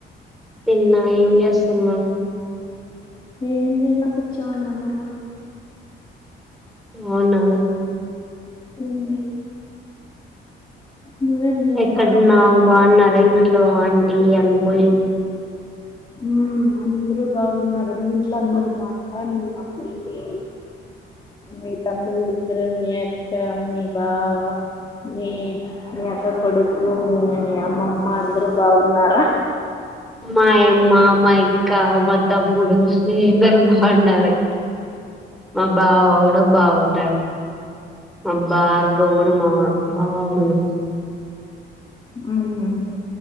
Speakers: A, in the centre; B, on the left (about 25°).
A: తిన్నా ఏంజేస్తున్నవ్
B: ఏం చేయల కూర్చో ఉన్నా నువ్వు
A: అవునా
B: మ్ నువ్వేంజేస్తాండవ్
A: ఎక్కడున్నావు బాగున్నారా ఇంట్లో ఆంటి అంకుల్
B: మ్ అందరు బాగున్నారు మీ ఇంట్లో అందరు బాగున్నారా మీ మమ్మీ మీ మీ తమ్ముల్లిద్దరు మీ అక్క మీ బావ మీ మీ అక్క కొడుకు మి మీ అమ్మమ్మ అందరూ బాగున్నారా
A: మాయమ్మ మా అక్క మా తమ్ముడు అందరు బాగున్నారు మా బావ గూడ బాగున్నాడు మా బార్గవ్ కూడా మామ బాగుంది
B: మ్